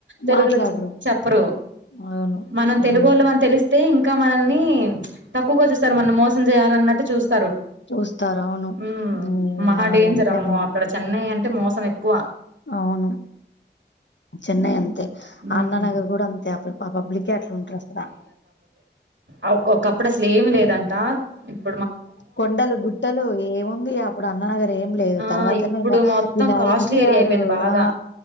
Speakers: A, on the right (about 85°); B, on the left (about 75°).
A: తెలుగులో
B: మాట్లాడరు
A: చెప్ చెప్పరు
B: అవును
A: మనం
B: అవును
A: తెలుగోళ్ళ మని తెలిస్తే ఇంకా ఇంకా మనల్ని తక్కువగా చూస్తారు మనం మోసం చేయాలన్నట్టు చూస్ తర్
B: చూస్తారు అవును
A: మ్
B: మ్మ్
A: మహా
B: వాళ్ళంతే
A: డేంజర్ ఆమ్మో
B: అమ్మా
A: అక్కడ చెన్నై అన్ ట్టే మోసం ఎక్కువ
B: అవును చెన్నై అంతే
A: ఉమ్
B: అన్ననగర్ గుడా అంతే అక్కడ ప పబ్లికే అట్లుంటర్ అసలా
A: అవ్ ఒక్కోక్కప్పుడు అసల్ ఏం లేదంట ఇప్
B: కొండలు గుట్టలు ఏముంది అప్పుడు అన్ననగర్ ఏం లేదు
A: ఆ
B: తర్వాతనే
A: ఇప్పుడు
B: ఇంగ
A: మొత్తం
B: వినా
A: కాస్ట్లీ
B: ఎంజిఆర్
A: ఏరియా అయిపోయింది బాగా
B: ఆ